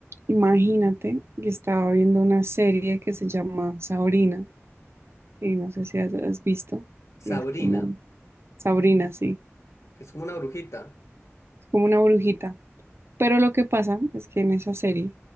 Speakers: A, on the right; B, on the left.
A: Imagínate que estaba viendo una serie que se llama Sabrina, y no sé si has has visto,
B: Sabrina,
A: es como Sabrina, sí,
B: es como una brujita.
A: es como una brujita. Pero lo que pasa es que en esa serie,